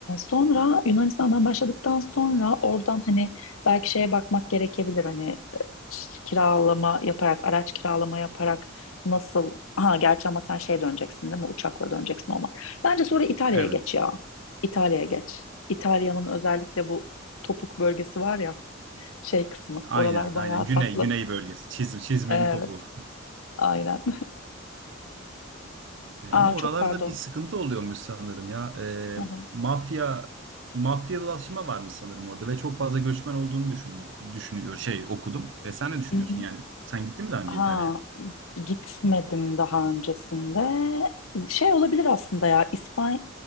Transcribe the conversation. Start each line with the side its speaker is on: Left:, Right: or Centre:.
Left: sonra Yunanistan'dan başladıktan sonra oradan hani belki şeye bakmak gerekebilir hani e, kiralama yaparak araç kiralama yaparak nasıl ha gerçi ama sen şey döneceksin değil mi uçakla döneceksin olmaz. Bence sonra İtalya'ya
Right: Evet.
Left: geç ya. İtalya'ya geç. İtalya'nın özellikle bu topuk bölgesi var ya şey kısmı
Right: Aynen
Left: oralar bayağı
Right: aynen. Güney,
Left: tatlı.
Right: güney bölgesi. Çiz, çizmenin
Left: Evet.
Right: topu.
Left: Aynen.
Right: E,
Left: Aa,
Right: ama oralarda
Left: çok pardon.
Right: bir sıkıntı oluyormuş sanırım ya. E,
Left: Hı hı.
Right: mafya mafyalaşma varmış sanırım orada ve çok fazla göçmen olduğunu düşündüm. Düşünüyor şey okudum. E, sen ne düşünüyorsun?
Left: Hı hı.
Right: Yani sen gittin mi daha önce
Left: Ha,
Right: İtalya'ya?
Left: gitmedim daha öncesinde. Şey olabilir aslında ya İspanya.